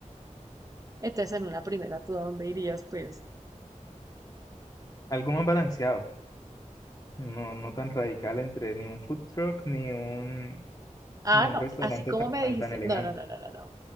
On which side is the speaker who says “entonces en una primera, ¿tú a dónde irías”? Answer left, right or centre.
Right